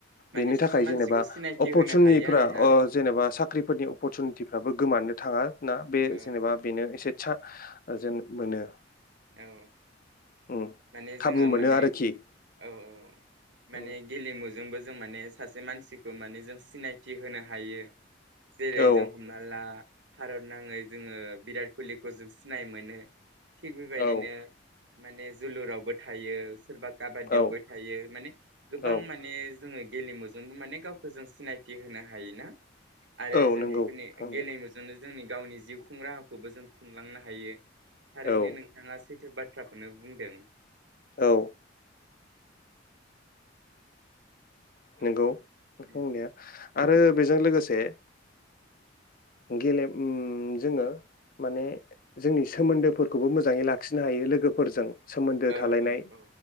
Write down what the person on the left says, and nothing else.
बेनि
थाखाय
जेनेबा
अपरसुनिफ्रा
जेनेबा साख्रिफोरनि अपरचुनिटिफ्राबो गोमानो थाङा ना बे
जेनेबा बेनो एसेसा जेन मोनो
उम
खाबु
मोनो
आरोखि
उम
औ
औ
औ
औ
औ
नंगौ
थांनाया
औ
औ
नंगौ नों
बुंनाया आरो बेजों लोगोसे गेले उम जोङो माने जोंनि सोमोन्दोफोरखौबो मोजाङै लाखिनो हायो लोगोफोरजों सोमोन्दो
थालायनाय